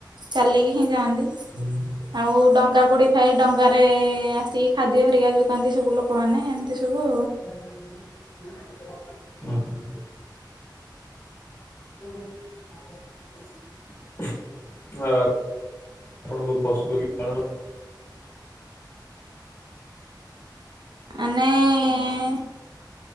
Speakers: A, on the right; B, on the left.
A: ଚାଲିକି ହିଁ ଯାଆନ୍ତି
B: ହୁଁ
A: ଆଉ ଡଙ୍ଗା ପଡି ଖାଇ ଡଙ୍ଗାରେ ରେ ଆସିକି ଖାଦ୍ୟ ହେରିକା ଯୋଗାନ୍ତି ସବୁ ଲୋକମାନେ ଏମିତି ସବୁ
B: <unintelligible> <unintelligible> <unintelligible> ହୁଁ। <unintelligible> ଆ ଆପଣଙ୍କୁ ପଶୁପକ୍ଷୀ ପାଳନ
A: ଆନେ ଏ